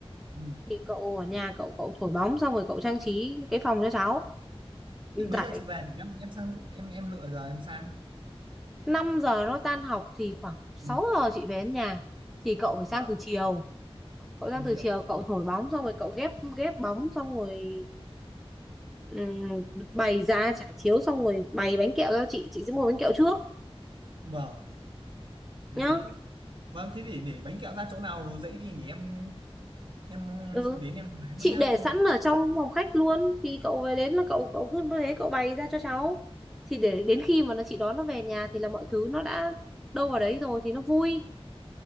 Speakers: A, on the right; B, in the centre.
A: ừ.
B: thì cậu ở nhà cậu cậu thổi bóng xong rồi cậu trang trí cái phòng cho cháu
A: chị mấy
B: Dạy
A: giờ chị về để em em sang em em lựa giờ em sang
B: 5 giờ nó tan học thì khoảng sáu
A: ừ.
B: giờ chị về đến nhà thì cậu phải sang
A: vâng
B: từ chiều cậu sang
A: em
B: từ
A: chiều
B: chiều cậu thổi bóng xong rồi cậu ghép ghép bóng xong rồi ừm, bày ra trải chiếu xong rồi bày bánh kẹo cho chị chị sẽ mua bánh kẹo trước
A: vâng thế
B: nhá
A: thì vâng thế thì để bánh kẹo ra chỗ nào dễ thì để em em
B: ừ.
A: đến em lấy
B: chị
A: luôn nhá
B: để
A: không
B: sẵn
A: lẽ
B: ở trong phòng khách luôn thì cậu về đến là cậu cậu cứ thế cậu bày ra cho cháu thì để đến khi mà nó chị đón nó về nhà thì là mọi thứ nó đã đâu vào đấy rồi thì nó vui